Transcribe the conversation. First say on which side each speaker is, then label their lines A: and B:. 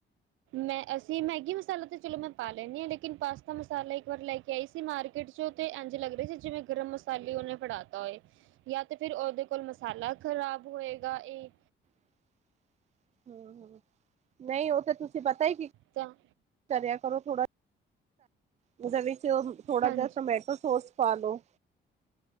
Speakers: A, on the right (about 80°); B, on the right (about 35°).
A: ਮੈਂ ਅਸੀਂ ਮੈਗੀ ਮਸਾਲਾ ਤਾਂ ਚਲੋ ਮੈਂ ਪਾ ਲੈਦੀ ਹਾਂ ਲੇਕਿਨ ਪਾਸਤਾ ਮਸਾਲਾ ਇੱਕ ਵਾਰ ਲੈ ਕੇ ਆਈ ਸੀ ਮ ਮਾਰਕੀਟ ਚ ਤੇ ਇੰਜ ਲੱਗ ਰਹੀ ਸੀ ਜਿਵੇਂ ਗਰਮ ਮਸਾਲੇ ਉਹਨੇ ਫੜਾਤਾ ਹੋਏ ਜਾਂ ਤੇ ਫਿਰ ਉਹਦੇ ਕੋਲ ਮਸਾਲੇ ਲਾ ਖ਼ਰਾਬ ਹੋਏਗਾ ਇਹ
B: <inaudible> ਹਮ ਹਮ ਨਹੀਂ ਉਹ ਤੇ ਤੁਸੀਂ ਪਤਾ ਹੀ ਕਿ
A: ਤਾਂ
B: ਕਰਿਆ ਕਰੋ ਥੋੜਾ ਉਹਦੇ ਵਿੱਚ ਥੋੜ੍ਹਾ
A: ਹਾਂਜੀ
B: ਜਿਹਾ ਟਮੈਟੋ ਸੌਸ ਪਾ ਲਓ